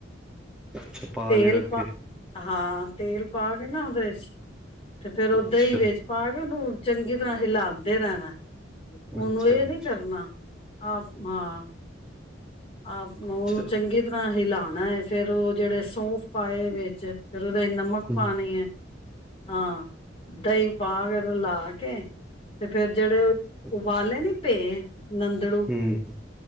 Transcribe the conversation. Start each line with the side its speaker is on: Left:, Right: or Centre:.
Centre: ਅੱਛਾ।
Left: ਤੇਲ
Centre: ਲਿਆ ਅੱਗੇ
Left: ਪਾ, ਹਾਂ ਤੇਲ ਪਾ ਕੇ ਨਾ ਓਦੇ ਵੇਚ ਤੇ ਫੇਰ ਓ
Centre: ਅੱਛਾ
Left: ਦੱਈ ਵੇਚ ਪਾ ਕੇ ਓਨੂੰ ਚੰਗੀ ਤਰ੍ਹਾਂ ਹਿਲਾਂਦੇ ਰੈਣੈ
Centre: ਅੱਛਾ
Left: ਓਨੂੰ ਏ ਨੀ
Centre: ਅੱਛਾ
Left: ਕਰਨਾ ਆਪ ਹਾਂ, ਆਪ ਓਨੂੰ
Centre: ਅੱਛਾ
Left: ਚੰਗੀ ਤੜਾ ਹਿਲਾਨਾ ਏ ਫੇਰ ਓ ਜੜੇ ਸੌਂਫ ਪਾਏ ਵੇਚ, ਫੇਰ ਓਦੇ ਨਮਕ
Centre: ਹੂੰ
Left: ਪਾਣੀ ਏ, ਹਾਂ ਦਈ ਪਾ ਕੇ ਰਲਾ ਕੇ ਤੇ ਫੇਰ ਜੜੇ ਓ,
Centre: ਅੱਛਾ
Left: ਉਬਾਲੇ ਨੀ ਪੇਂ ਨੰ ਨੰਦੜੂ,
Centre: ਹੂੰ